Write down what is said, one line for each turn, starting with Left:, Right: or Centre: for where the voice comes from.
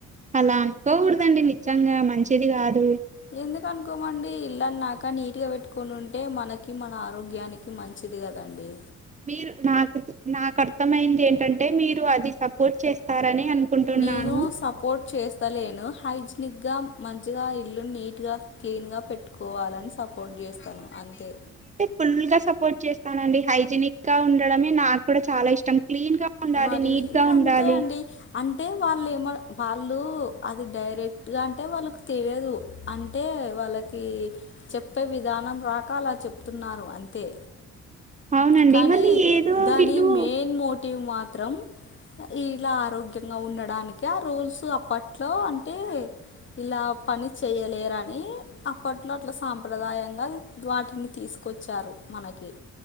Right: అలానుకోకూడదండి నిజంగా మంచిది గాదు
Left: ఎందుకు అనుకోమండి ఇల్లన్నాక నీట్గ పెట్టుకొని ఉంటే మనకి మన ఆరోగ్యానికి మంచిది కదండి
Right: మీరు నాకు నాకర్థమయింది ఏంటంటే మీరు అది సపోర్ట్ చేస్ స్తారని అనుకుంటున్నాను
Left: నేను సపోర్ట్ చేస్తలేను హైజినిక్ గ మంచిగా ఇల్లును నీట్ గ క్లీన్ గ పెట్టుకోవాలని స్ సపోర్ట్ చేస్తాను అంతే
Right: ఫుల్గ సపోర్ట్ చేస్ తా నండి హైజెనిక్ గ ఉండడమే నాక్కూడ చాలా ఇష్టం క్లీన్ గా ఉండాలి
Left: మరి
Right: నీట్
Left: ఇంక
Right: గా ఉండాలి
Left: అంతే అండి అంటే వాళ్లేమను వాళ్ళు అది డైరెక్ట్గ అంటే వాళ్ళకి తెలియదు అంటే వాళ్ళకి చెప్పే విధానం రాక అలా చెప్తున్నారు అంతే
Right: అవునండి
Left: కానీ
Right: మళ్ళీ ఏదో
Left: దాని
Right: వీళ్ళు
Left: మెయిన్ మోటివ్ మాత్రం ఇలా ఆరోగ్యంగా ఉండడానికె ఆ రూల్స్ అప్పట్లో అంటే ఇలా పని చేయలేరని అప్పట్లో అట్ల సాంప్రదాయంగ వాటిని తీసుకొచ్చారు మనకి